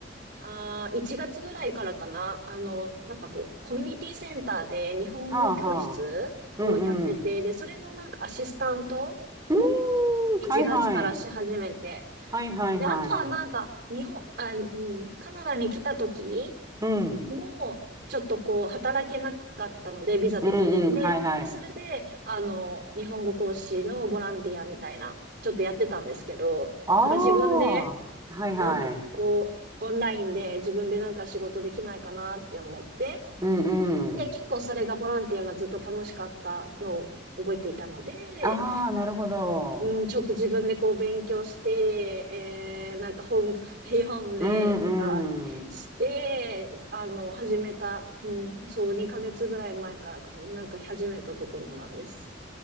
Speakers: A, on the right (about 65°); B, on the right (about 20°).
A: あ、1月ぐらいからかな、あの、なんかこう、コミュニティセンターで日本語教室をやってて、
B: はあはあ。うんうん。
A: で、それのなんかアシスタントを1月からし始めて、
B: うーん、はいはい。はいはいはい。
A: で、あとはなんか、日本、あ、うん、カナダに来た時
B: うん。
A: もう、ちょっとこう、働けなかったので、ビザ的に。
B: うんうん。
A: で、
B: はいはい。
A: で、それで、あの、日本語講師のボランティアみたいな、ちょっとやってたんですけど、
B: あ
A: なんか自分で、
B: あ。はいはい。
A: なんかこう、オンラインで自分でなんか仕事できないかなって思って、
B: うんうん。
A: で、結構それがボランティアがずっと楽しかったのを覚えていたので、
B: ああ、なるほど。
A: うん、ちょっと自分でこう勉強して、えー、なんか本買って読んでとかして、
B: うんうん。
A: あの、始めた、うん、そう、2ヶ月ぐらい前からかな、なんか始めたところなんです。